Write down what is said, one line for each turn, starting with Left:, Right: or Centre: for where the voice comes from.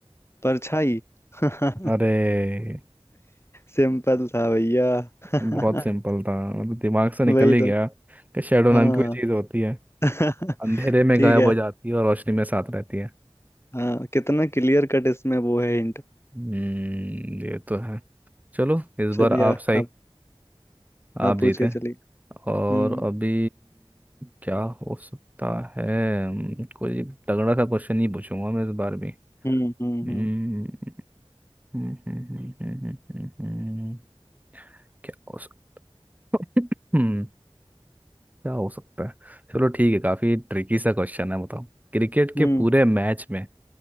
Left: परछाई <laughs>
Right: अरे
Left: सिंपल था भैया <laughs>
Right: बहुत सिंपल था मतलब दिमाग से निकल
Left: वही
Right: ही गया
Left: तो
Right: कि शेडो नाम
Left: हाँ
Right: की कोई चीज़ होती है
Left: <laughs>
Right: अंधेरे में
Left: ठीक
Right: गायब
Left: है
Right: हो जाती है और रोशनी में साथ रहती है
Left: हाँ कितना क्लियर कट इसमें वो है हिंट
Right: हम्म ये तो है चलो इस
Left: चलिए
Right: बार आप सही
Left: आप
Right: आप
Left: आप
Right: जीते
Left: पूछिए चलिए
Right: और
Left: हम्म
Right: अभी क्या हो सकता है हम्म, कोई तगड़ा सा क्वेश्चन ही पूछूंगा मैं इस बार भी
Left: हम्म हम्म
Right: हम्म,
Left: हम्म
Right: हम्म, हम्म, हम्म, हम्म, हम्म, हम्म, हम्म, क्या हो सकता <laughs> हम्म, क्या हो सकता है चलो ठीक है काफी ट्रिकी सा क्वेश्चन है बताओ क्रिकेट के
Left: हम्म
Right: पूरे मैच में